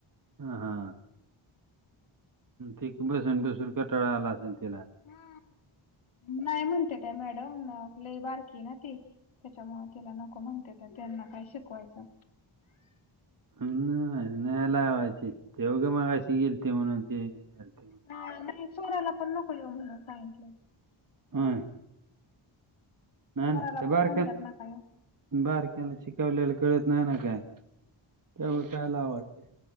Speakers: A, on the right (about 40°); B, on the left (about 70°).
A: हा हा त बसून बसून कटाळा आला असेन तिला
B: ह नाही म्हणते त्या मॅडम आपली बारकी ना ती त्याच्यामुळे तिला नको म्हणते तर त्यांना काय शिकवायचं
A: ह् नाहीला हवायचे तेवघं मग अशी गेल ते म्हणून ते झालते
B: हा नाही सोराला पण नकोल ये म्हण सायंटलं
A: हा नाही
B: तुमारला
A: ना त्या बारक्या
B: पण म्हणल्यात ना काय
A: बारक्याला शिकवलेला कळत नाही ना काय त्यामुळे काय लावायचं